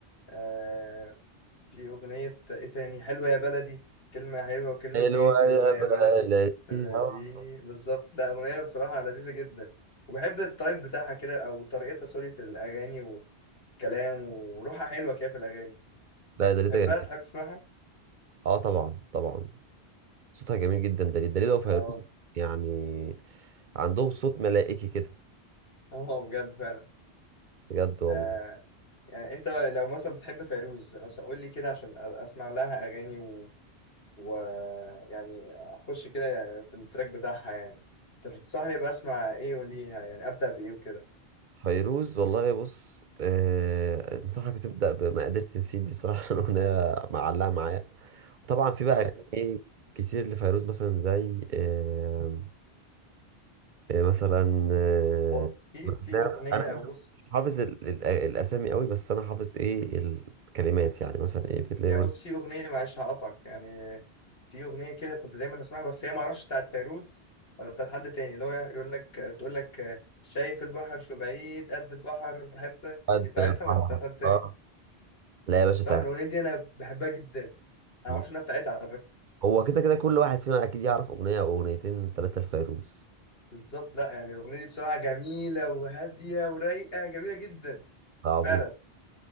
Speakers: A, on the left; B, on the right.
A: آه، في أغنية إيه تاني حلوة يا بلدي كلمة حلوة وكلمتين
B: حلوة
A: حلوة
B: يا
A: يا
B: بلدي
A: بلدي آه،
B: آه.
A: دي بالظبط لا أغنية بصراحة لذيذة جدا وبحب التايب بتاعها كده أو طريقتها سوري في الأغاني والكلام وروحها حلوة كده في الأغاني
B: لا داليدا
A: بحبها
B: جميل
A: تحب تسمعها؟
B: اه طبعا طبعا صوتها جميل جدا داليدا داليدا وفيروز
A: اه
B: يعني عندهم صوت ملائكي كده
A: <laughs> اه بجد فعلا
B: بجد والله
A: آه، يعني انت لو مثلا بتحب فيروز مثلا قول لي كده عشان أ- اسمع لها اغاني و... و... يعني اخش كده يعني في التراك بتاعها يعني تنصحني بسمع ايه وليها يعني ابدا بايه وكده
B: فيروز والله بص آه انصحك تبدا بما قدرت نسيت دي صراحه <laughs> الاغنيه معلقه معايا وطبعا في بقى
A: اه
B: اغاني كتير لفيروز مثلا زي آه إيه مثلا آه،
A: هو في
B: انا
A: في اغنيه
B: أنا
A: بص
B: مش حافظ ال- ال- الاسامي قوي بس انا حافظ ايه الكلمات يعني مثلا ايه في الليفر
A: يعني بص في اغنيه معلش هقطعك يعني في اغنيه كده كنت دايما اسمعها بس هي ما اعرفش بتاعت فيروز ولا بتاعت حد تاني اللي هو يقول لك تقول لك شايف البحر شو بعيد قد البحر بحبك
B: قد
A: دي بتاعتها
B: البحر
A: ولا بتاعت حد تاني
B: اه لا يا باشا
A: صح
B: بتاعت
A: الاغنيه دي انا بحبها جدا انا ما
B: الفيروز.
A: اعرفش انها بتاعتها على فكره
B: هو كده كده كل واحد فينا اكيد يعرف اغنيه او اغنيتين ثلاثه لفيروز
A: بالظبط لا يعني الاغنيه دي بصراحه جميله وهاديه ورايقه جميله جدا
B: ده عظيم
A: فعلا